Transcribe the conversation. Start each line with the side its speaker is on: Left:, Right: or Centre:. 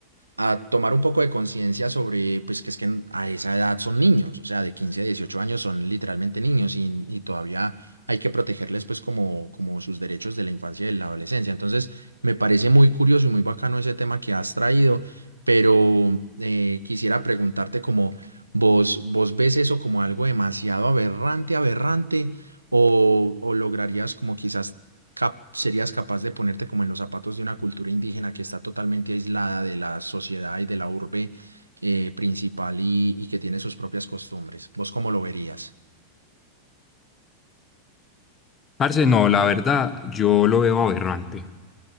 Right: a tomar un poco de conciencia sobre, pues que es que a esa edad son niños, o sea, de 15 a 18 años son literalmente niños y, y todavía hay que protegerles pues como, como sus derechos de la infancia y de la adolescencia. Entonces, me parece muy curioso y muy bacano ese tema que has traído, pero eh, quisiera preguntarte como vos, vos ves eso como algo demasiado aberrante, aberrante, o, o lograrías como quizás cap- serías capaz de ponerte como en los zapatos de una cultura indígena que está totalmente aislada de la sociedad y de la urbe eh, principal y, y que tiene sus propias costumbres. ¿Vos cómo lo verías?
Left: Parce, no, la verdad, yo lo veo aberrante.